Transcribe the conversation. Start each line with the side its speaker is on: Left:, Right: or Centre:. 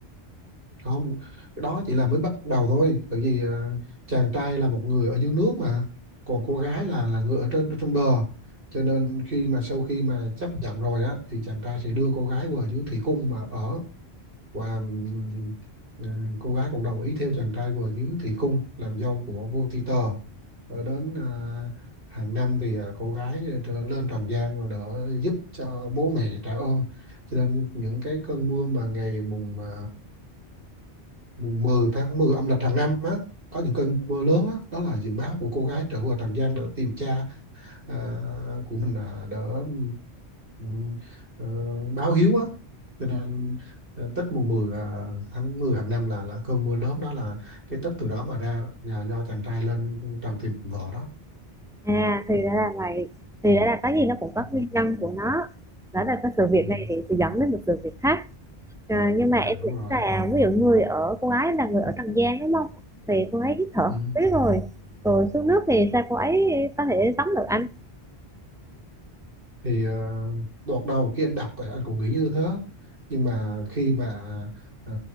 Right: không cái đó chỉ là mới bắt đầu thôi tại vì ờ, chàng trai là một người ở dưới nước mà còn cô gái là là người ở trên ở trên bờ cho nên khi mà sau khi mà chấp nhận rồi á thì chàng trai sẽ đưa cô gái vào dưới thủy cung mà ở và ừm, ừ, cô gái cũng đồng ý theo chàng trai vào dưới thủy cung làm dâu của vua Ti tờ ở đến à, hàng năm thì à, cô gái trở lên trần gian và đỡ giúp cho bố mẹ trả ơn cho nên những cái cơn mưa mà ngày mùng à, mùng 10 tháng 10 âm lịch hàng năm á có những cơn mưa lớn đó, đó là dự báo của cô gái trở về Trần gian để tìm cha à, của mình à, đỡ ừm, ờ, báo hiếu á cho nên ờ, Tết mùng 10 là tháng 10 hàng năm là là cơn mưa lớn đó là cái Tết từ đó mà ra đó, là do chàng trai lên trần tìm vợ đó
Centre: à thì ra là vậy thì
Right: ừ.
Centre: ra là cái gì nó cũng có
Right: Ừ. ừ.
Centre: nguyên nhân của nó đó là cái sự việc
Right: ừ.
Centre: này thì sẽ dẫn đến một sự việc khác Ờ, nhưng mà
Right: À,
Centre: em
Right: đúng
Centre: nghĩ
Right: rồi
Centre: là ví dụ người ở cô gái là người ở Tràng Giang đúng không thì cô ấy hít thở
Right: ừ.
Centre: không khí rồi rồi xuống nước thì sao cô ấy có thể tắm được anh
Right: thì uh, đợt đầu khi anh đọc anh cũng nghĩ như thế nhưng mà khi mà ờ,